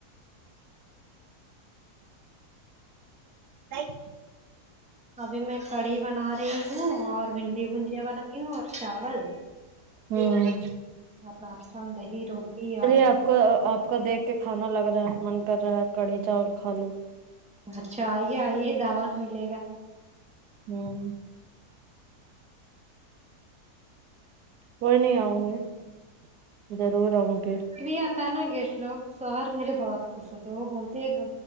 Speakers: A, on the right; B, in the centre.
A: نہیں
B: ابھی میں کڑھی بنا رہی ہوں اور بھنڈی بھجیاں بنا رہی ہوں اور چاول
A: ہمم
B: اور ناشتہ دہی روٹی اور
A: آپ کا آپ کا دیکھ کے کھانا لگ رہا ہے من کر رہا ہے کڑھی چاول کھالوں
B: اچھا آئیے آئیے دعوت ملے گا
A: ہمم کوئی نہیں آؤں گے ضرور آؤں گے
B: کبھی آتا نا گیسٹ لوگ شوہر میرے بہت خوش ہوتے ہیں وہ بولتے ہیں